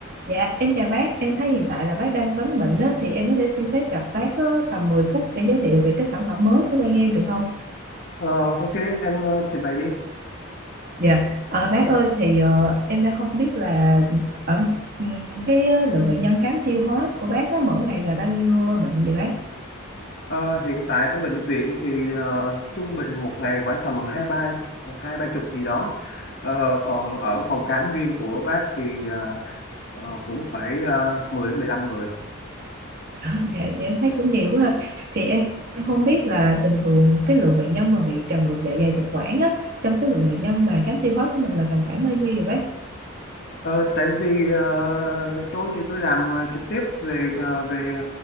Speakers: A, on the right; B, on the left.
A: Dạ, em chào bác, em thấy hiện tại là bác đang vấn bệnh đó, thì em có thể xin phép gặp bác có tầm 10 phút để giới thiệu về cái sản phẩm mới của bên em được không?
B: Ờ, ok, em ờ, trình bày đi.
A: Dạ, à, bác ơi, thì ờ, em đang không biết là ở ừm, cái ờ, lượng bệnh nhân khám tiêu hóa của bác á, mỗi ngày là bao nhiêu ờ, bệnh vậy bác?
B: Ờ, hiện tại ở bệnh viện thì ờ, trung bình một ngày khoảng tầm hai ba hai ba chục gì đó. Ờ, còn ở phòng khám riêng của bác thì ờ, ờ, cũng phải uh, 10 15 người.
A: À, dạ, dạ, em thấy cũng nhiều quá ha. Thì em, em không biết là bình thường cái lượng bệnh nhân mà bị trào ngược dạ dày thực quản á, trong số lượng bệnh nhân mà khám tiêu hóa của mình là tầm khoảng bao nhiêu vậy bác?
B: Ờ, tại vì ờ, tôi thì tôi làm ờ, trực tiếp về ờ, về